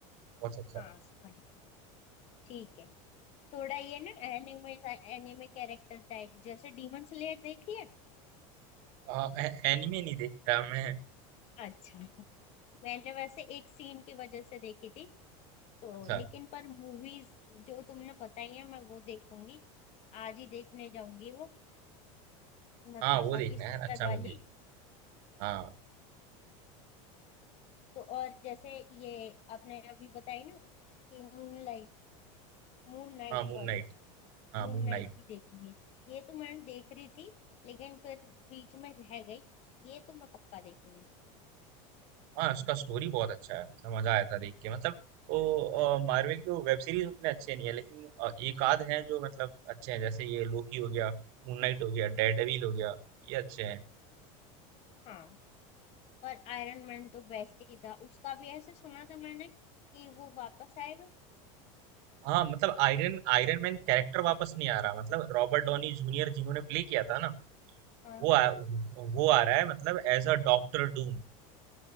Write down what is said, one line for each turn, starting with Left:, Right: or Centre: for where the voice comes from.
Right: बहुत अच्छा
Left: हाँ
Right: है
Left: समझ गई ठीक है थोड़ा ये ना एनिमे एनिमे कैरेक्टर टाइप जैसे डीमन स्लेयर देखी है
Right: आ, ए- एनिमे नहीं देखता मैं
Left: अच्छा मैंने वैसे एक सीन की वजह से देखी थी तो
Right: अच्छा
Left: लेकिन पर मूवीज जो तुमने बताई है मैं वो देखूंगी आज ही देखने जाऊंगी वो नताशा
Right: हाँ वो देखना
Left: की सिस्टर
Right: है अच्छा
Left: वाली
Right: मूवी है हाँ
Left: तो और जैसे ये आपने अभी बताई ना कि Moon Light Moon Knight
Right: हाँ
Left: sorry
Right: मून नाइट हाँ
Left: Moon
Right: मून
Left: Knight
Right: नाइट
Left: भी देखूंगी ये तो मैं देख रही थी लेकिन फिर बीच में रह गई ये तो मैं पक्का देखूंगी
Right: हाँ उसका स्टोरी बहुत अच्छा है मतलब मजा आया था देख के मतलब वो मार्वल की वेब सीरीज उतने अच्छे नहीं है लेकिन अ, एक आध हैं जो मतलब अच्छे हैं जैसे ये लोकी हो गया मून नाइट हो गया डेयरडेविल हो गया ये अच्छे हैं
Left: हाँ और आयरन मैन तो बेस्ट ही था उसका भी ऐसे सुना था मैंने कि वो वापस आएगा
Right: हाँ मतलब आयरन आयरन मैन कैरेक्टर वापस नहीं आ रहा मतलब रॉबर्ट डॉनी जूनियर जिन्होंने प्ले किया था ना
Left: हाँ
Right: वो आ, वो आ रहा है मतलब एज अ डॉक्टर डूम